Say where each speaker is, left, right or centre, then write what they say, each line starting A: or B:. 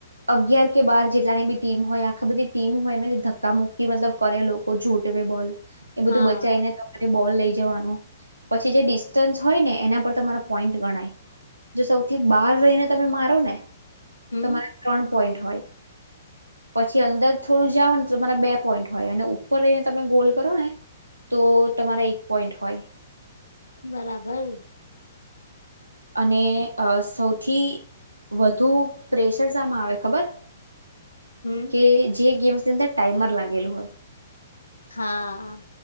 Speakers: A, on the right (about 80°); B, on the left (about 75°).
A: અગયાર કે બાર જેટલાની બી ટીમ હોય આખા બધી ટીમ હોય એ ધક્કા મુૂકી મતલબ કરેલો છૂટવે બોલ એ બધું
B: હા
A: બચાવીને તમારે બોલ લઈ નું પછી જે ડિસ્ટન્સ હોય ને એના પર તમા પોઈન્ટ ગણાય જો સૌથી બહાર રહીને તમે મારો ને
B: હમ
A: તમારા ત્રણ પોઈન્ટ પછી અંદર થોડું જાાવ ને તમારા બે પોઈન્ટ હોય અનેર ઉપર રને તમે ગોલ કરો ને તો તમારા એક પોઈન્ટ હોય
B: બરાબર
A: અને અ સૌથી વધુ પ્રેશર શમાં આવે ખબર
B: હમ
A: કે જે ગેમ્સની અંદર ટાઈમર લાગેલું હોય
B: હા